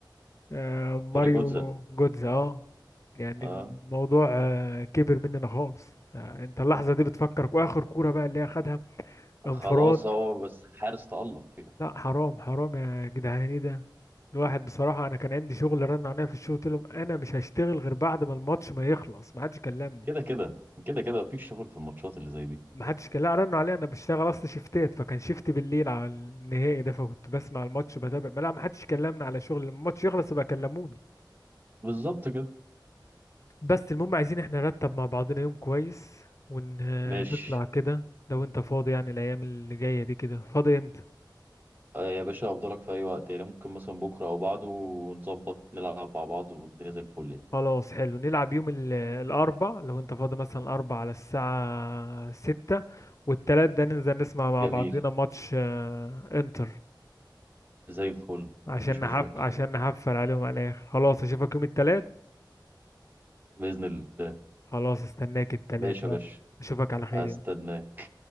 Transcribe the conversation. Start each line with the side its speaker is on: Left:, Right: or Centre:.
Left: آه، ماريو
Right: ماري جوتزا
Left: جودز اه يعني
Right: أه
Left: الموضوع آه، كبر مننا خالص انت اللحظة دي بتفكرك واخر كورة بقى اللي هي خدها انفراد
Right: خلاص اهو بس الحارس تألق فيها
Left: لا حرام حرام يا جدعان ايه ده الواحد بصراحة انا كان عندي شغل رن عليا في الشغل قلت لهم انا مش هشتغل غير بعد ما الماتش ما يخلص ما حدش كلمني
Right: كده كده كده كده مفيش شغل في الماتشات اللي زي دي
Left: ما حدش كلم لا، رنوا عليا انا بشتغل اصلا شيفتات فكان شيفت بالليل على النهائي ده فكنت بسمع الماتش بتابع ما لا ما حدش كلمني على شغل لما الماتش يخلص يبقى كلموني
Right: بالظبط كده
Left: بس المهم عايزين احنا نرتب مع بعضنا يوم كويس ونطلع
Right: ماشي
Left: كده لو انت فاضي يعني الايام اللي جاية دي كده فاضي امتى
Right: آه يا باشا افضلك في اي وقت يعني ممكن مثلا بكره او بعده نظبط نلعب مع بعض والدنيا زي الفل يعني
Left: خلاص حلو نلعب يوم ال- الاربع لو انت فاضي مثلا الاربع على الساعة ستة والتلات ده ننزل نسمع مع
Right: جميل
Left: بعضنا ماتش آه، انتر
Right: زي الفل
Left: عشان
Right: مفيش
Left: نحف
Right: مشاكل
Left: عشان نحفل عليهم على الاخر خلاص اشوفك يوم التلات
Right: بإذن الله
Left: خلاص استناك التلات
Right: ماشي
Left: يلا
Right: يا باشا
Left: اشوفك على خير
Right: هستناك
Left: يعني.